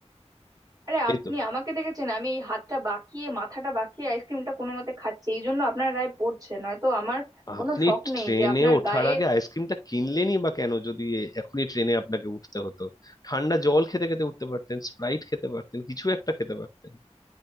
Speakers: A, on the right; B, on the left.
A: আরে
B: এই
A: আপনি
B: তো
A: আমাকে দেখেছেন আমি এই হাতটা বাঁকিয়ে মাথাটা বাঁকিয়ে আইসক্রিমটা কোনো মতে খাচ্ছি এই জন্য আপনার গায়ে পড়ছে নয়তো আমার কোনো
B: আপনি
A: শখ নেই
B: ট্রেনে
A: যে আপনার
B: ওঠার
A: গায়ে
B: আগে আইসক্রিমটা কিনলেনই বা কেন যদি এ- এখনই ট্রেনে আপনাকে উঠতে হতো ঠান্ডা জল খেতে খেতে উঠতে পারতেন স্প্রাইট খেতে পারতেন কিছু একটা খেতে পারতেন